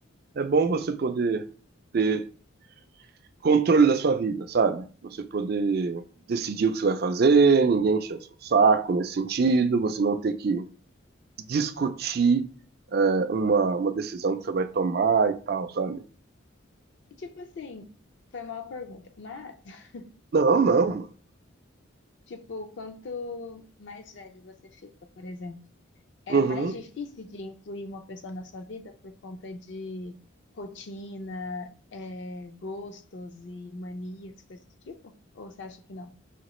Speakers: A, on the right (about 50°); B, on the left (about 60°).
A: é bom você poder ter controle da sua vida, sabe? Você poder decidir o que você vai fazer, ninguém encher o seu saco nesse sentido, você não ter que discutir é, uma, uma decisão que você vai tomar e tal, sabe?
B: E, tipo assim, foi mal pergunta, mas, <laughs>
A: Não, não, mano.
B: tipo, quanto mais velho você fica, por exemplo, é
A: Uhum.
B: mais difícil de incluir uma pessoa na sua vida por conta de rotina, é, gostos e manias, coisas do tipo? Ou você acha que não?